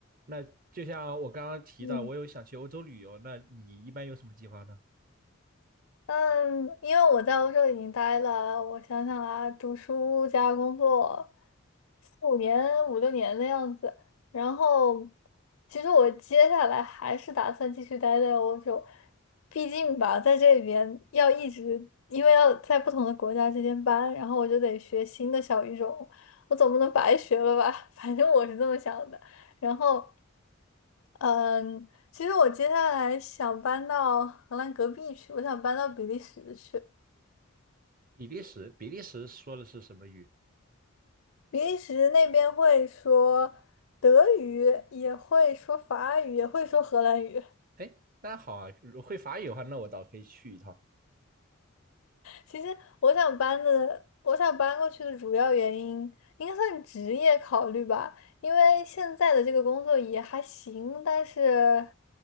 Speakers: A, on the right (about 40°); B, on the left (about 80°).
A: 那就像我刚刚提到，
B: 嗯
A: 我有想去欧洲旅游，那你一般有什么计划呢？
B: 嗯，因为我在欧洲已经待了，我想想啊，读书加工作四五年、五六年的样子。然后，其实我接下来还是打算继续待在欧洲，毕竟吧，在这里边要一直，因为要在不同的国家之间搬，然后我就得学新的小语种，我总不能白学了吧？<laughs> 反正我是这么想的。然后。嗯，其实我接下来想搬到荷兰隔壁去，我想搬到比利时去。
A: 比利时，比利时说的是什么语？
B: 比利时那边会说德语，也会说法语，也会说荷兰语。
A: 哎，那好啊，会法语的话，那我倒可以去一趟。
B: 其实我想搬的，我想搬过去的主要原因应该算职业考虑吧，因为现在的这个工作也还行，但是，